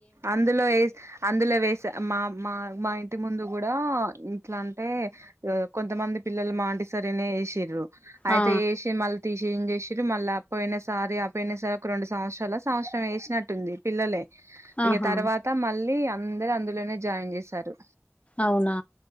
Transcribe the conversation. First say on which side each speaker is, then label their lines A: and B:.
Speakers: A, on the right (about 70°); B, on the left (about 25°).
A: అందులో ఏస్ అందులో వేస్ చ్చ మా మా మా ఇంటి ముందు కూడా ఇట్ల అంటే ఓబ్ కొంతమంది పిల్లలు మాంట్ ఇసరినే ఏసిర్రు అయితే
B: ఆ
A: ఏసి మల్ తీసేం చేసిర్రు మళ్ళ పొయిన సారి అపెనిసాకు రొండు సంవత్సరాల, సంవత్సరం ఏసినట్టుంది పిల్లలే ఇగ
B: ఆహా
A: తర్వాత మళ్ళీ అందర్ అందులోనే జాయిన్ చేశారు.
B: అవునా